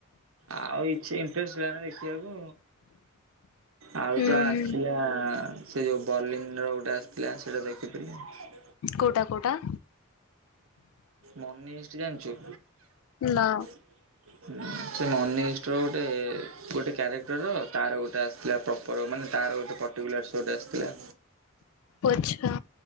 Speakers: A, on the right (about 75°); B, on the left (about 85°).
A: ଆଉ ଇଛ ଇଣ୍ଟରେଷ୍ଟ ହେଲାନ ଦେଖିବାକୁ। ଆଉ
B: ହୁଁ
A: ଯାହା ଆସିଥିଲା
B: ହୁଁ
A: ସେ ଯୋଉ ବର୍ଲିନ୍ ର ଗୋଟେ ଆସିଥିଲା ସେଇଟା ଦେଖିଥିଲି।
B: କଉଟା କଉଟା?
A: ମନି ହିଷ୍ଟ ଜାଣିଛୁ?
B: ନା।
A: ହୁଁ। ସେ ମନି ହିଷ୍ଟର ଗୋଟେ ଗୋଟେ କ୍ୟାରେକ୍ଟରର ତାର ଗୋଟେ ଆସିଥିଲା ତ ପର ମାନେ ତାର ଗୋଟେ ପଟିକୁଲାର ଶୋ ଟେ ଆସିଥିଲା।
B: ଓ ଆଚ୍ଛା।